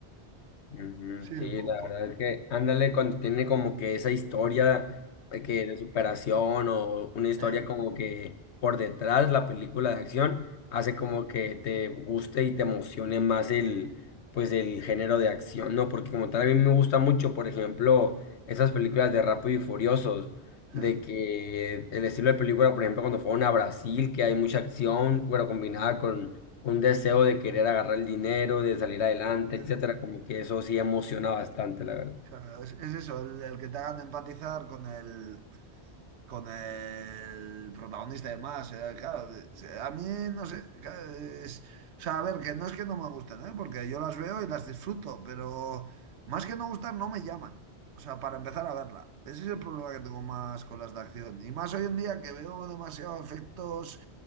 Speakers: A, on the left (about 80°); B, on the right (about 80°).
A: Ujú,
B: Sí, un
A: Sí, la
B: po-
A: verdad es que ándale cuando tiene como que esa historia de que de superación o una historia
B: Eh,
A: como que por detrás la película de acción hace como que te guste y te emocione más el pues el género de acción, ¿no? Porque como tal a mí me gusta mucho, por ejemplo, esas películas de Rápido y Furiosos, de
B: eh,
A: que el estilo de película, por ejemplo, cuando fueron a Brasil, que hay mucha acción, pero combinada
B: eh,
A: con un deseo de querer agarrar el dinero, de salir adelante,
B: eh.
A: etcétera, como que eso sí emociona bastante, la verdad.
B: Claro, es, es eso, el, el que te hagan empatizar con el, con el protagonista de más. eh, claro, eh, a mí no sé. claro, es- o sea, a ver, que no es que no me gusten, ¿eh? Porque yo las veo y las disfruto, pero más que no gustar, no me llaman. O sea, para empezar a verla. Ese es el problema que tengo más con las de acción. Y más hoy en día que veo demasiados efectos.